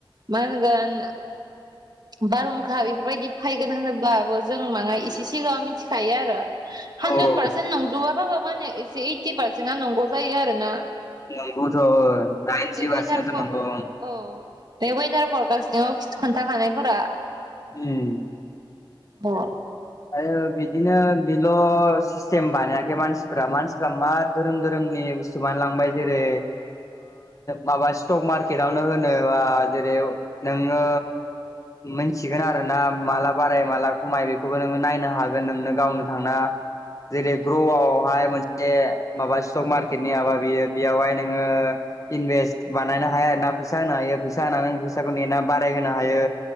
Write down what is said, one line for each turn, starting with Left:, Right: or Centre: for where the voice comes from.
Right: मा होनगोन बारहुंखा बेफोरबायदि फायगोन होनोब्लाबो जों माना इसे सिगाङाव मिथिखायो आरो हानद्रेद
Left: औ
Right: पारसेन्ट
Left: औ
Right: नंजोबआा बाब म एसे ओइटि पारसेन्टा नंगौ जायो आरो ना।
Left: नंगौथ' नाइनज बारसेाथ'
Right: वेदार फर
Left: नंगौ।
Right: औ बे वेदारफोर गाासाव खोन्थाखानायफोरा
Left: ओम।
Right: औ।
Left: आरो बिदिनो बेल' सिस्टेम बानायाखै मानसिफ्रा मानसिफ्रा मा धोरोम धोरोमनि थ मानो लांबायजो रे माबा स्टक मार्केटावनो होनोबा जेरै नोङो मोनथिगोन आरो ना माला बाराय माला खमाय बे बो नोङो नायनो हागोन नोंनो गावनो थांना जेरै ग्र'आवहाय मोनसे माबा स्टक मार्केटनि माबा बियो बेयावहाय नोङो इनभेस्ट बानायनो हाया आरोना फैसा होनो हायो फैसा होनानै फैसाखौ नेा बाराय होनोनो हायो।